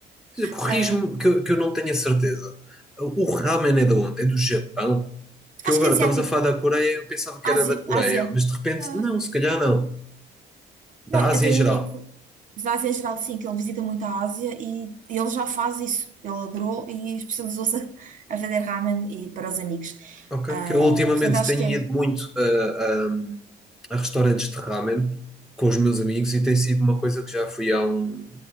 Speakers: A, in the centre; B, on the right.
A: Corrijo-me
B: Ah,
A: que, eu- que eu não tenho a certeza. O ramen é de onde? É do Japão? Que
B: acho
A: eu agora
B: que é asiático.
A: estavas a falar da Coreia, eu pensava que era
B: Ásia,
A: da Coreia,
B: Ásia.
A: mas de repente,
B: Ah,
A: não, se calhar não. Da
B: Não, eu
A: Ásia
B: tenho
A: em geral.
B: um amigo da Ásia Geral, sim, que ele visita muito a Ásia e ele já faz isso. Ele adorou e especializou-se <laughs> a a vender ramen e para os amigos.
A: Ok,
B: Ah,
A: que eu ultimamente
B: portanto, acho
A: tenho
B: que é.
A: ido muito a, a- a restaurantes de ramen com os meus amigos e tem sido uma coisa que já fui a uns